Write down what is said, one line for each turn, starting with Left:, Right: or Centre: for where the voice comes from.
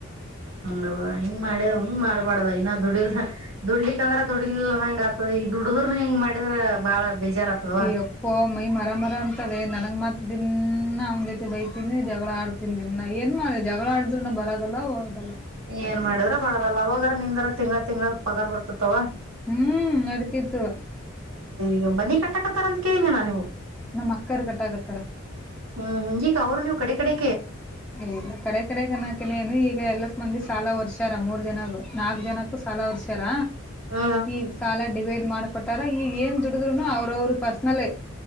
Right: ನೋಡ ಹಿಂಗ ಮಾಡ್ಯದ ಹಂಗ್ ಮಾಡ್ಬಾರಡ್ದ ಇನ್ನ ದುಡ ದುಡ್ಲಿಕ್ ಅಂದ್ರೆ ದುಡ್ಡಿಲ್ ನಂಗ ಆಗ್ತದ ಈಗ ದುಡದ್ರ ಮ ಹೆಂಗ ಮಾಡಿದ್ರ ಬಾಳ ಬೇಜಾರ್ ಆತದವ
Centre: ಅಪ್ಪ ಮೈ ಮಾ ಮರ ಮರ ಅಂತದೆ ನನ ಮಾತ್ ದಿನ ಅವ್ನ ಜೊತೆ ಬೈತಿನಿ ಜಗಳ ಆಡ್ತಿನಿ ದಿನಾ ಏನ್ ಮಾಡ ಜಗಳ ಆಡಿದ್ರರು ಬರೋದಲ್ಲ ಹೋಗದಲ್ಲ
Right: ಏನ್ ಮಾಡಿದ್ರ ಬಳದಲ್ಲ ಅವಾಗಾರ ನಿಂದಾರ ತಿಂಗ ತಿಂಗ ಪಗಾರ್ ಬರ್ತತ್ತವ
Centre: ಹ್ಮ್ ನಡತಿತ್ತು
Right: ನೀವು ಬನ್ನಿ ಕಟ್ಟಕತ್ತರ ಅಂತ ಕೇಳನಿ ನಾ ನೀವು
Centre: ನಮ್ ಅಕ್ಕರ್ ಕಟ್ಟಾಕತ್ತಾರ
Right: ಹ್ಮ್ ಕವರ ನೀ ಕಡೆ ಕಡೆ
Centre: ಇಲ್ಲ ಕಡೆ ಕಡೆ ಗಣಕನ ನು ಈಗ ಎಲ್ಲ ಮಂದಿ ಸಾಲ ಒರ್ಸ್ಯಾರ ಮೂರ್ ಜನಾಗ ನಾಲ್ಕ್ ಜನಕ್ಕೂ ಸಾಲ ಒರ್ಸ್ಯಾರ
Right: ಹಾ
Centre: ಈಗ ಸಾಲ ಡಿವೇಡ್ ಮಾಡ್ ಕೊಟ್ಟಾರ ಈಗ ಏನ್ ದುಡುದ್ರುನು ಅವ್ರ ಅವರು ಪರ್ಸ್ನಲ್